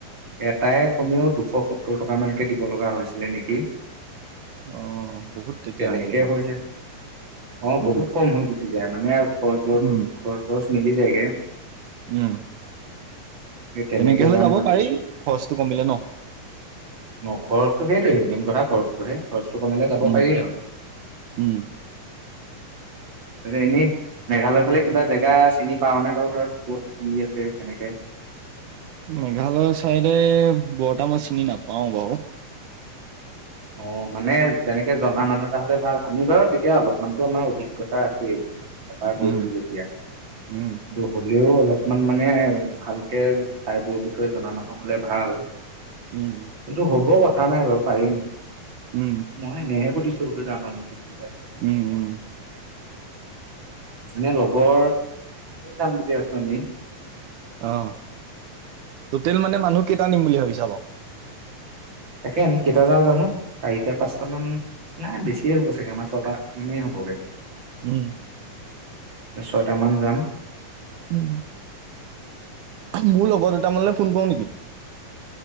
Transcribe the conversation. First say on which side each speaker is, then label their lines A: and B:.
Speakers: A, on the right (about 35°); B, on the right (about 75°).
A: এটাই কমেও দুশ সত্তৰ টকামানকে দিব লগা হৈছিলে নেকি
B: অ', বহুত তেতিয়া
A: তেনেকে
B: হেৰি দেখোন,
A: হৈছে অ বহুত
B: উম,
A: কম হৈ গুচি এয়া মানে আৰু ঘৰ ঘৰ
B: উম,
A: খৰচ নিবিজাইগে
B: উম
A: সেই
B: তেনেকে হলে
A: যাম
B: যাব
A: ভাবিছো
B: পাৰি খৰচটো কমিলে ন
A: ন খৰচটো সেইটোৱে, মেইন কথা খৰচটোহে খৰচতো কমিলে যাব
B: উম,
A: পাৰি আৰু
B: উম,
A: ত এনেই মেঘালয় ফালে কিবা জেগা চিনি পাও নে বাৰু তই কত কি আছে কেনেকে
B: মেঘালয় চাইডে বৰতা ম‌ই চিনি নাপাওঁ বাও
A: অ মানে তেনেকে জনা মানুহ এটা হ'লে ভাল আমি বাও তেতিয়া অলপমানতো আমাৰ অভিজ্ঞতা আছেই এবাৰ গৈছো
B: উম,
A: যেতিয়া
B: উম,
A: কিন্তু হ'লেও অলপ অলপমান মানে ভালকে ঠাইবোৰৰ বিষয়ে জনা মানুহ হলে ভাল
B: উম,
A: কিন্তু হ'ব কথা নাই বাৰু পাৰিম
B: উম,
A: মই নেহেৰ খতি তহতি জান নেকি কি পাই
B: উম উম
A: এনে লগৰ যাম বুলি আছো আমি
B: আহ টোটেল মানে মানুহ কেইটা নিম বুলি ভাবিছ। যাব।
A: তাকে আমি কেইটা যাওঁ জানো চাৰিটা পাঁচটা মান নাই বেছিয়ে হ'ব চাগে আমাৰ ছটা মানেই হবগে।
B: উম।
A: ছয়টা মান যাম।
B: উম, মোৰ লগৰ দুটামানলৈ ফোন কৰো নেকি?